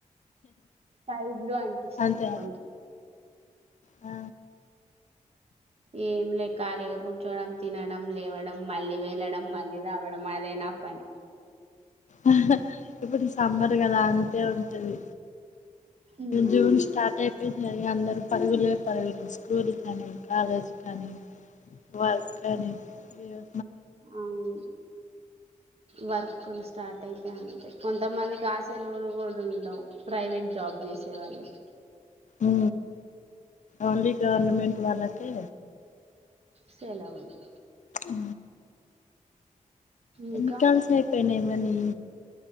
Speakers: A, on the right; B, on the left.
A: స్కై బ్లూలు అనిపిస్తుంది
B: అంతే
A: కొంచెం.
B: ఆ
A: ఏమి లే ఖాళీగా కూర్చోడం తినడం లేవడం మళ్ళీ వెళ్ళడం మళ్ళీ తావడం అదే నా పని.
B: ఆ ఇప్పుడు సమ్మర్ కదా అంతే ఉంటది.
A: ఉమ్.
B: జూన్ స్టార్ట్ అయిపోయి జరిగి అందరు పరుగులే పరుగులే స్కూల్ కానీ. కాలేజ్ కానీ వర్క్ కానీ ఏ.
A: అవును. వర్క్లు స్టార్ట్ అయితే అంతే కొంతమంది ఆ సెలవలు కూడా ఉండవు. ప్రైవేట్ జాబ్ చేసే వాళ్ళకి.
B: ఉ అన్ని గవర్నమెంట్ వాళాకి,
A: సెలవలు.
B: అ
A: ఇంకా
B: ఎన్ని కాల్స్ అయిపోయినా మనీ.